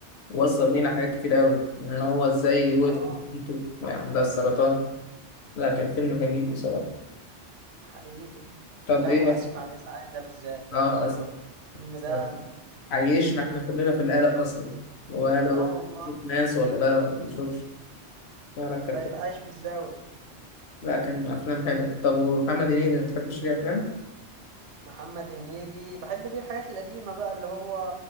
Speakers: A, on the left; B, on the right.
A: وصل لينا حاجات كتير قوي ان هو ازاي وقف
B: اه
A: مع بنته وهي عندها السرطان لا كان فيلم جميل بصراحه
B: حقيقي
A: طب
B: لا
A: ايه
B: واسف
A: أف-
B: على الازعاج ده بالذات
A: اه
B: يا نهار ابيض
A: أسف
B: الفيلم
A: السرطان
B: ده
A: عيشنا احنا كلنا في القلق اصلا وقالوا
B: اه والله
A: ناس ولا لا ما يشوفش فعلا
B: بقيت
A: كان
B: عايش متزاول
A: لا كان افلام حلوه طب ومحمد هنيدي ما تحبش ليه افلام
B: محمد هنيدي بحب ليه الحاجات القديمة بقى اللي هو